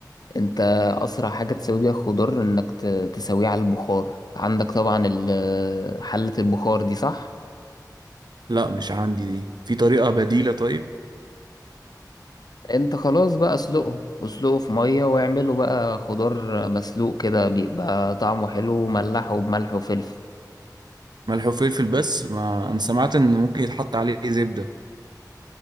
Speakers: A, on the left; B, on the right.
A: انت اسرع حاجه تسوي بيها الخضار انك ت- تسويه على البخار عندك طبعا ال- حله البخار دي صح
B: لا مش عندي دي في طريقة بديلة طيب
A: انت خلاص بقى اسلقه اسلقه في ميه واعمله بقى خضار مسلوق كده بيبقى طعمه حلو وملحه بملح وفلفل
B: ملح وفلفل بس ما انا سمعت ان ممكن يتحط عليه زبدة